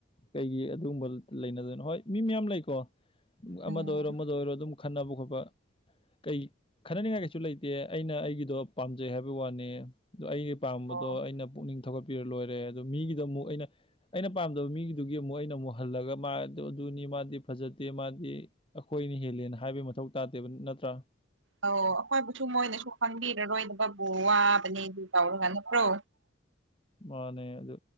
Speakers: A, on the left (about 30°); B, on the right (about 80°).
A: ꯀꯩꯒꯤ ꯑꯗꯨꯒꯨꯝꯕ ꯂꯩꯅꯗꯅꯣ ꯍꯣꯏ ꯃꯤ ꯃꯌꯥꯝ ꯂꯩꯀꯣ
B: ꯎꯝ
A: ꯑꯃꯗ ꯑꯣꯏꯔꯣ ꯑꯃꯗ ꯑꯣꯏꯔꯣ ꯑꯗꯨꯝ ꯈꯟꯅꯕ ꯈꯣꯠꯄ ꯀꯩ ꯈꯟꯅꯅꯤꯡꯉꯥꯏ ꯀꯩꯁꯨ ꯂꯩꯇꯦ ꯑꯩꯅ ꯑꯩꯒꯤꯗꯣ ꯄꯥꯝꯖꯩ ꯍꯥꯏꯕ ꯋꯥꯅꯤ ꯑꯗꯣ ꯑꯩꯒꯤ ꯄꯥꯝꯕꯗꯣ
B: ꯑꯣ
A: ꯑꯩꯅ ꯄꯨꯛꯅꯤꯡ ꯊꯧꯒꯠꯄꯤꯔ ꯂꯣꯏꯔꯦ ꯑꯗꯣ ꯃꯤꯒꯤꯗ ꯑꯃꯨꯛ ꯑꯩꯅ ꯑꯩꯅ ꯄꯥꯝꯗꯕ ꯃꯤꯒꯤꯗꯨꯒꯤ ꯑꯃꯨꯛ ꯑꯩꯅ ꯑꯃꯨꯛ ꯍꯜꯂꯒ ꯃꯥ ꯑꯗꯨꯅꯤ ꯃꯥꯗꯤ ꯐꯖꯗꯦ ꯃꯥꯗꯤ ꯑꯩꯈꯣꯏꯅ ꯍꯦꯜꯂꯦꯅ ꯍꯥꯏꯕꯩ ꯃꯊꯧ ꯇꯥꯗꯦꯕ ꯅꯠꯇ꯭ꯔꯥ
B: ꯑꯧ ꯑꯩꯈꯣꯏꯕꯨꯁꯨ ꯃꯣꯏꯅꯁꯨ ꯈꯪꯕꯤꯔꯔꯣꯏꯕꯕꯨ ꯋꯥꯕꯅꯦ ꯑꯗꯨ ꯇꯧꯔꯒ ꯅꯠꯇ꯭ꯔꯣ
A: ꯃꯥꯅꯦ ꯑꯗꯨ